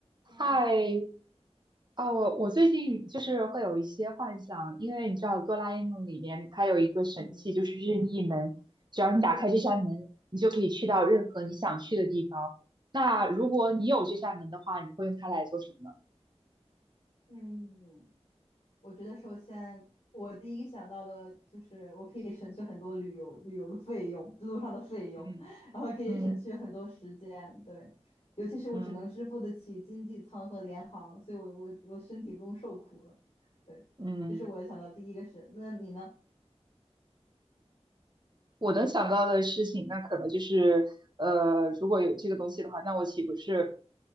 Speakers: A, on the left; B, on the right.
A: 你好，
B: 太啊，我我最近就是会有一些幻想，因为你知道《哆啦 A 梦》里面它有一个神器，
A: 嗯，
B: 就是任意门，只要你打开这扇门，
A: 对，
B: 你就可以去到任何你想去的地方。那如果你有这扇门的话，你会用它来做什么呢？
A: 嗯，我觉得首先我第一个想到的就是我可以省去很多旅游旅游的费用，路上的费用，
B: 嗯
A: <laughs> 然后可以省去很多时间，
B: 嗯
A: 对，尤其是我只能支付得起经济舱和联航，
B: 嗯
A: 所以我我我身体不用受苦了，对，
B: 嗯，
A: 这是我想到第一个是，那你呢？
B: 我能想到的事情，那可能就是，呃，如果有这个东西的话，那我岂不是